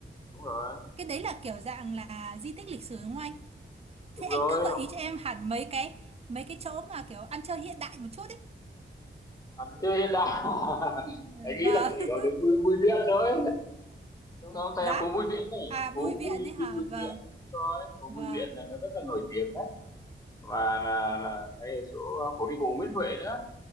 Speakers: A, on the left (about 20°); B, on the right (about 30°).
A: đúng rồi
B: cái đấy là kiểu dạng là di tích lịch sử đúng không anh?
A: đúng
B: Thế
A: rồi
B: anh cứ gợi
A: hoặc
B: ý cho em hẳn mấy cái mấy cái chỗ mà kiểu ăn chơi hiện đại một chút ấy.
A: ăn chơi hiện đại <laughs>
B: Ừ,
A: anh nghĩ
B: Vâng.
A: là chỉ
B: <laughs>
A: có đến bùi, bùi viện thôi đúng không thầy
B: Giá.
A: phố bùi viện này
B: À Bùi
A: phố
B: Viện
A: bùi
B: ấy hả?
A: đi bùi
B: Vâng.
A: viện Đúng rồi phố
B: Vâng.
A: bùi viện này nó rất là nổi tiếng đấy và là là ngay ở chỗ phố đi bộ Nguyễn Huệ nữa